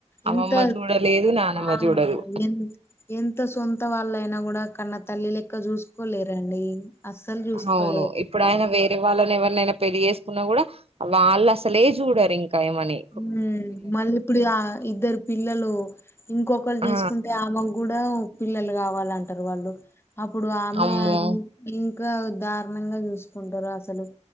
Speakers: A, on the right; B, on the left.
A: అమ్మమ్మ
B: ఎంత
A: చూడలేదు నానమ్మ
B: ఆ.
A: చూడదు
B: ఎ ఎంత సొంత వాళ్ళయినా గూడా కన్నా తల్లి లెక్క చూసుకోలేరండి. అస్సలు చూసుకోలేరు
A: అవును ఇప్. ఇప్పుడు ఆయనా వేరే వాళ్ళని ఎవరినైనా పెళ్లి చేసుకున్నా గూడా వాళ్ళు అసలే చూడరు ఇంకా ఈమని.
B: ఉమ్ మళ్ళీ ఇప్పుడు ఇగ ఇద్దరు పిల్లలు. ఇంకొకరు జేసుకుంటే
A: ఆ!
B: ఆమెకు గూడా. పిల్లలు గావాలంటారు వాళ్ళు అప్పుడు ఆమె.
A: అమ్మో
B: ఇంకా దారుణంగా జూసుకుంటురు అసలు.